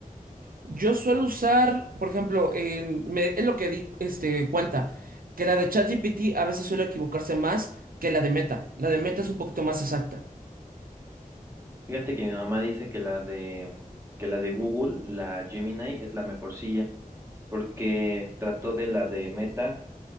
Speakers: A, on the right; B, on the right.
A: Yo suelo usar, por ejemplo, en- me- es lo que di este, cuenta, que la de ChatGPT a veces suele equivocarse más que la de Meta. La de Meta es un poquito más exacta.
B: Fíjate que mi mamá dice que la de, que la de Google, la Gemini, es la mejor silla, porque trató de la de Meta